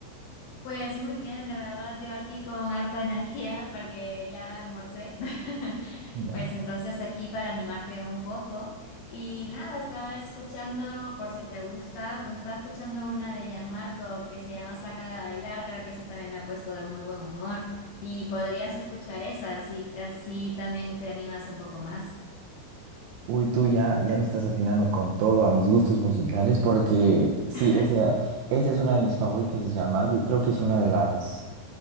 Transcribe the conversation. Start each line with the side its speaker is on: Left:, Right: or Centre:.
Left: Pues muy bien, la verdad, yo aquí con harta energía porque ya almorcé. <laughs>
Right: Ya.
Left: Pues entonces aquí para animarte un poco. Y nada, estaba escuchando, por si te gusta, pues estaba escuchando una de Gianmarco que se llama Sácala a bailar, creo que eso también me ha puesto de muy buen humor. Y podrías escuchar esa, así, así también te animas un poco más.
Right: Uy, tú ya, ya le estás atinando con todo a mis gustos musicales porque sí,
Left: <laughs>
Right: esa, esa es una de mis favoritas de Gianmarco y creo que es una de las,